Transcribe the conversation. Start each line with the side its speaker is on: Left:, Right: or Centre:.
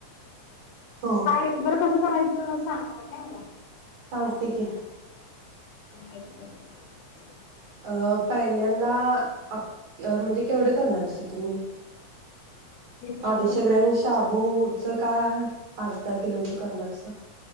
Right: हो हो.
Left: घर कस करायचं सांगा काय
Right: सांगते की
Left: हच प <unintelligible>
Right: अ पहिल्यांदा आप म्हणजे केवढे करणारेस अस तू
Left: तरी
Right: अडीचशे
Left: पण
Right: ग्राम शाबू क कायं अर्धा किलो च करणारेस का?